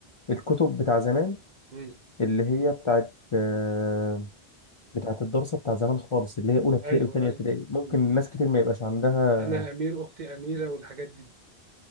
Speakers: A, on the left; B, on the right.
A: الكتب بتاع زمان
B: مم.
A: اللي هي بتاعت آه، بتاعت الدراسة بتاع زمان خالص اللي هي أولى ابتدائي
B: ايوه
A: وتانية
B: ايوه
A: ابتدائي ممكن
B: مم.
A: ناس كتير ما يبقاش عندها
B: انا امير اختي اميره والحاجات دي